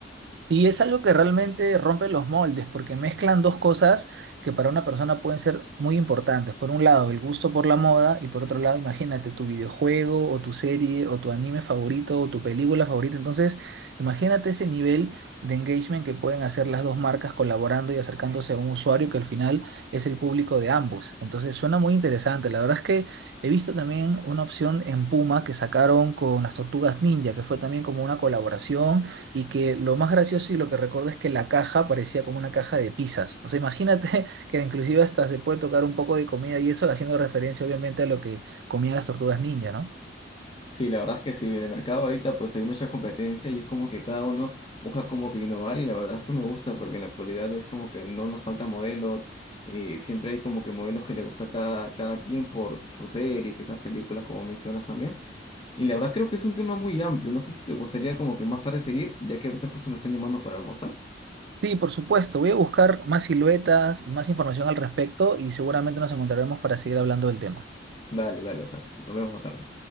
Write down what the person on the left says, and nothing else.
Sí, la verdad es que sí, en el mercado ahorita pues hay mucha competencia y es como que cada uno busca como que innovar y la verdad eso me gusta porque en la actualidad es como que no nos faltan modelos, eh, siempre hay como que modelos que le gusta a cada, cada quien por su serie, esas películas como mencionas también. Y la verdad creo que es un tema muy amplio, no sé si te gustaría como que más tarde seguir, ya que ahorita justo me están llamando para almorzar.
Dale, dale, Asaf, nos vemos más tarde.